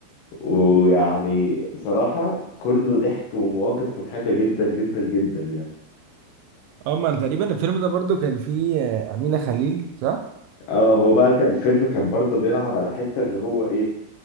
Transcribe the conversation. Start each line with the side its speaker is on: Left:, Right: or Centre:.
Left: ويعني بصراحة كله ضحك ومواقف مضحكة جدا جدا جدا يعني
Right: اه ما انا تقريبا الفيلم ده برضو كان فيه آه، امينه خليل صح
Left: اه هو بقى ك- الفيلم كان برضه بيلعب على حتة ان هو ايه